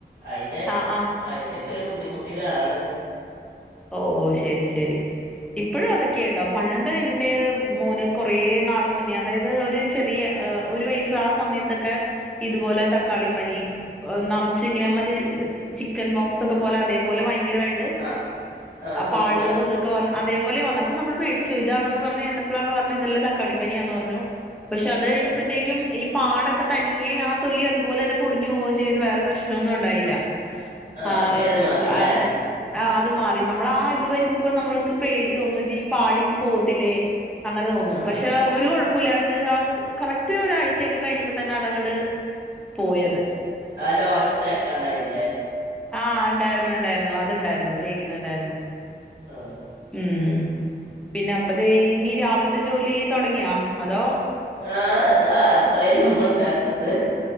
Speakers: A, on the left (about 60°); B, in the centre.
A: അയ്ൻ്റെ
B: ആ ആ
A: അയിന്റെക്കെ ഒരു ബുദ്ധിമുട്ടിലാണ്
B: ഓ ഓ ശരി ശരി ഇപ്പോഴും അതൊക്കെ ഉണ്ടോ പണ്ട് ന്റെ മോന് കൊറേ നാള് മുന്നേ അതായത് ഒരു ചെറിയ ഒരു വയസ് ആ സമയത്തൊക്കെ ഇതുപോലെ തക്കാളിപ്പനി നറച്ചിങ്ങനെ മറ്റ ചിക്കൻബോക്സ് പോലെ അതേപോലെ ഭയങ്കരായിട്ട്
A: ആ ആ പൊന്ത
B: പാട്കള് ഇത് ക്ക അതേപോലെ വന്ന് അപ്പ നമ്മ പേടിച്ചു ഇതാണെന്ന് പറഞ്ഞു എന്നപ്പോളാണ് പറഞ്ഞ ഇതെല്ല തക്കളിപ്പനിയാന്ന് പറഞ്ഞു പക്ഷെ അത് കഴിഞ്ഞപ്പോഴത്തേക്കും
A: ആ
B: ഈ പാടൊക്കെ തനിയെ ആ തൊലി അതുപോലെ തന്നെ പൊളിഞ്ഞു പോവുകയും ചെയ്ത് വേറെ പ്രശ്നൊന്നും ണ്ടായില്ല
A: ആ
B: ആഹ്
A: അപ്പം ഞാൻ മാറിയില്ലേ
B: അതെ ആ അത് മാറി നമ്മള ആ ഇത് വരുന്ന ഇപ്പോ നമ്മൾക്ക് പേടി തോന്നും ഇത് ഈ പാട് ഇനി പോത്തില്ലേ അങ്ങനെ തോന്നും
A: ആ
B: പക്ഷെ ഒരുകൊഴ പുലാണ്ട് ആ കറക്റ്റ് ഒരാഴ്ചയൊക്കെ കഴിഞ്ഞപ്പോൾ തന്നെ അതങ്ങട് പോയത്
A: ആ ലോഷത്തെക്കാണ്ട യിന്നില്ലേ
B: ആഹ് ണ്ടായിരുന്നു ണ്ടായിരുന്നു അത്ണ്ടായിരുന്നു തേക്കുന്നുണ്ടായിരുന്നു
A: ആഹ്
B: ഉം പിന്നെ അപ്പതേ നീ രാവിലത്തെ ജോലി തുടങ്ങിയാ അതോ
A: ആഹ് ദാ അടുക്കളേല് ഇമ്മ ഇണ്ടാക്ണ്ട്